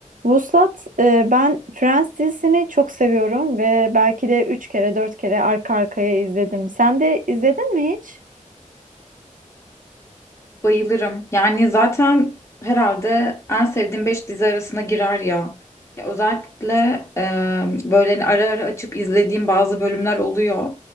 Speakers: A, on the right (about 85°); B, on the left (about 20°).
A: Vuslat, e, ben Friends dizisini çok seviyorum ve belki de 3 kere 4 kere arka arkaya izledim. Sen de izledin mi hiç?
B: Bayılırım. Yani zaten herhalde en sevdiğim 5 dizi arasına girer ya. Ya özellikle e, böyle hani ara ara açıp izlediğim bazı bölümler oluyor.